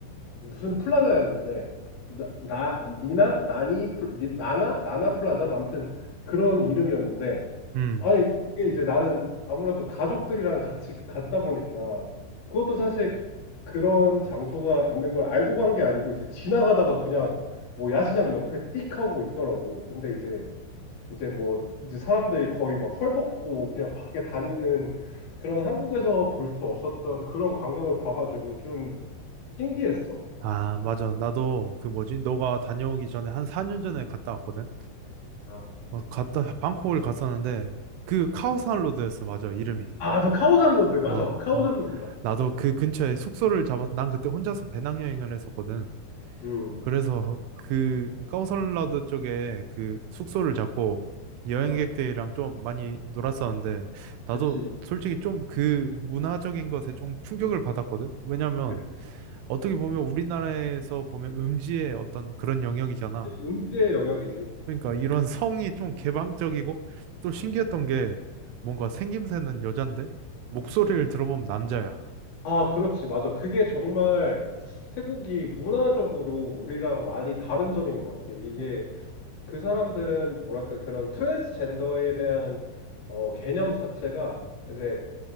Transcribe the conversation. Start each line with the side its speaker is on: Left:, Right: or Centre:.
Left: 무슨 플라자였는데 나, 나 니나 나니 플- 니- 나나 나나 플라자 아무튼 그런 이름이었는데
Right: 음.
Left: 아니 그게 이제 나는 아무래도 가족들이랑 같이 갔다 보니까 그것도 사실 그런 장소가 있는 걸 알고 간 게 아니고 이제 지나가다가 그냥 뭐 야시장 옆에 띡 하고 있더라고. 근데 이제 이제 뭐 이제 사람들이 거의 막 헐벗고 그냥 밖에 다니는 그런 한국에서 볼 수 없었던 그런 광경을 봐가지고 좀 신기했어.
Right: 아, 맞아. 나도 그 뭐지? 너가 다녀오기 전에 한 4년 전에 갔다 왔거든.
Left: 아,
Right: 막 갔다 방콕을 갔었는데 그 카오산 로드였어. 맞아. 이름이.
Left: 아, 저 카오산 로드 맞아.
Right: 어, 음,
Left: 카오산
Right: 음.
Left: 로드다.
Right: 나도 그 근처에 숙소를 잡아서 난 그때 혼자서 배낭여행을 했었거든.
Left: 음.
Right: 그래서 그 카오산 로드 쪽에 그 숙소를 잡고 여행객들이랑
Left: 아,
Right: 좀 많이 놀았었는데 나도
Left: 그치.
Right: 솔직히 좀 그 문화적인 것에 좀 충격을 받았거든. 왜냐면
Left: 그치.
Right: 어떻게 보면 우리나라에서 보면 음지의 어떤 그런 영역이잖아.
Left: 음지의 영역이지.
Right: 그러니까 이런 성이 좀 개방적이고 또 신기했던 게 뭔가 생김새는 여잔데 목소리를 들어보면 남자야.
Left: 아, 그렇지. 맞아. 그게 정말 태국이 문화적으로 우리랑 많이 다른 점인 것 같아. 이게
Right: 어,
Left: 그 사람들은 뭐랄까 그런 트랜스젠더에 대한 어, 개념 자체가 이제